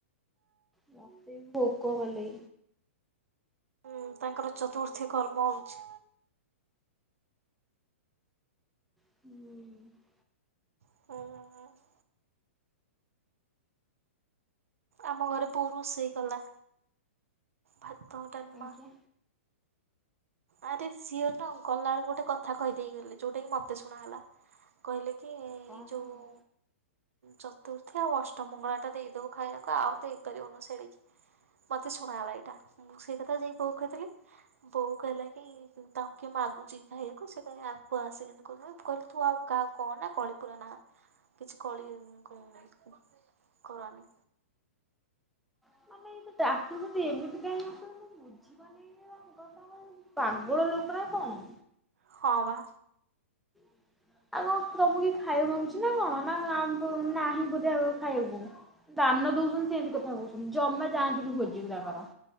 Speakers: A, in the centre; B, on the right (about 80°).
A: ମତେ ବି ଭୋକ କଲେ
B: ହୁଁ ତାଙ୍କର ଚତୁର୍ଥୀ କର୍ମ ହଉଛି।
A: ହୁଁ।
B: <unintelligible> ଆମ ଘରେ ବୋଉ ରୋଷେଇ କଲା ଭାତ ଡାଲମା
A: ଆଜ୍ଞା
B: ଆରେ ସିଏନ ଗଲାବେଳକୁ ଗୋଟେ କଥା କହିଦେଇ ଗଲେ ଯୋଉଟା କି ମତେ ଶୁଣା ହେଲା। କହିଲେ କି ଏଇ
A: କଣ
B: ଯୋଉ
A: କହିବ?
B: ଚତୁର୍ଥୀ ଆଉ ଅଷ୍ଟମଙ୍ଗଳା ଟା ଦେଇଦବୁ ଖାଇବାକୁ ଆଉ ଦେଇପାରିବୁନୁ ସେଡିକି ମୋତେ ଶୁଣା ହେଲା ଏଇଟା ମୁଁ ସେଇ କଥା ଯାଇକି ବୋଉ କହିଥିଲି ବୋଉ କହିଲା ତାଙ୍କେ ମାଗୁଛି ଖାଇବାକୁ ସେ କ ଆକୁ ଆସିକି କହୁଛନ୍ତି ମୁଁ କହିଲ ଥୁଆ ହେଇ କାହାକୁ କହ ନା କଳି ପୁର ନା କିଛି କଳି ଉ କରାନି।
A: <unintelligible> ଟା ଶୁଣୁ ଏମିତି କାଇ ହଉଛନ୍ତି ମୁଁ ବୁଝିପାରୁନି <unintelligible> ପାଗଳ ଲୋକ ନା କଣ?
B: ହଁ ବା।
A: <inaudible> ଆଉ କଣ ତମକୁ କି ଖାଇବାକୁ ମାଗୁଛି ନା କଣ ନା ଆମ <unintelligible> ନାହିଁ ବୋଧେ ଖାଇବାକୁ। ଦାନ ଦଉଛନ୍ତି ସେମିତି କଥା କହୁଛନ୍ତି ଜମାଯାଆନ୍ତୁନି ଭୋଜିକି ତାଙ୍କର।